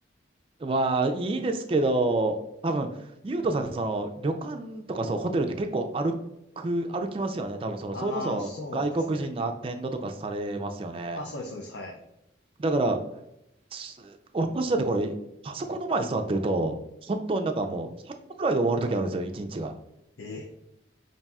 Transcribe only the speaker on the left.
ああ、
そうですね。あ、そうです、そうです。はい。
ええ、